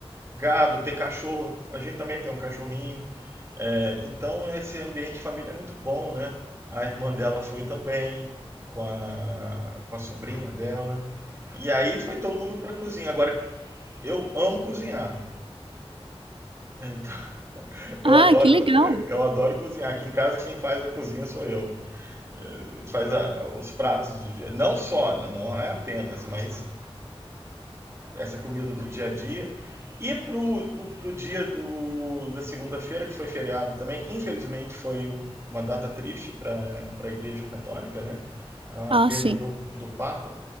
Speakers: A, on the right (about 25°); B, on the right (about 60°).
A: gado, tem cachorro. A gente também tem um cachorrinho é, então esse ambiente de família é muito bom, né? A irmã dela foi também, com a, com a sobrinha dela. E aí foi todo mundo pra cozinha. Agora, eu amo cozinhar. Então, eu
B: Ah,
A: adoro,
B: que legal.
A: co- eu adoro cozinhar. Aqui em casa quem faz a cozinha sou eu. Eh, Faz a- os pratos do dia. Não só, né? Não é apenas, mas essa comida do dia a dia. E pro, o, pro dia do, da segunda-feira, que foi feriado também, infelizmente foi uma data triste para a Igreja Católica, né? A
B: Ah,
A: perda
B: sim.
A: do, do Papa.